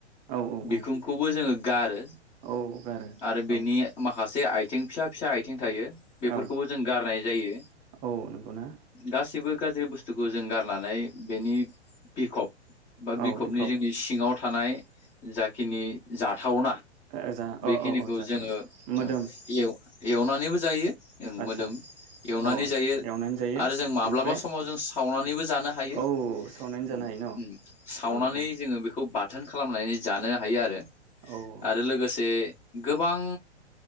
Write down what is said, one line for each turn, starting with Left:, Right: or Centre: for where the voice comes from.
Right: औ औ
Left: बिखुंखौबो
Right: औ
Left: जोङो गारो
Right: औ गारो
Left: आरो बेनि
Right: औ
Left: माखासे आइ। जों फिसा फिसा। बिथिं थायो। बेफोरखौबो
Right: औ
Left: जों गारनाय जायो
Right: औ नंगौना
Left: गासिबो। गाज्रि बुस्थुखौ जों गारनानै बेनि बिखब। बा
Right: औ
Left: बिखबनि
Right: बिखब
Left: जोंनि सिङाव। थानाय जाखिनि जाथावना।
Right: ओ जा
Left: बेखिनिखौ
Right: अ औ औ जाथावना
Left: जोङो
Right: मोदोम
Left: औ एव एवनानैबो जायो ओं
Right: आदसा
Left: मोदोम एवनानै
Right: औ
Left: जायो
Right: एवनानै जायो
Left: आरो जों माब्लाबा
Right: बेनिफ्राय
Left: समाव जों सावनानैबो जानो हायो
Right: औ सावनानै
Left: उम
Right: जानो हायो न
Left: उम सावनानै
Right: औ औ
Left: जोङो बेखौ बा बाथोन खालामलायनानै जानो हायो आरो।
Right: औ
Left: आरो लोगोसे। गोबां